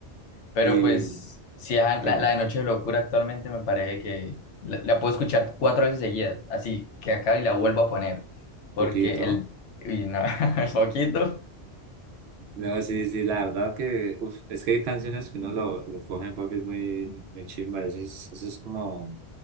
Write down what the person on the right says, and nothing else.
Y
qué
mal,
poquito.
No, sí, sí, la verdad que, uf, es que hay canciones que uno lo, lo coge, papi, muy, muy chimba. Eso es, eso es como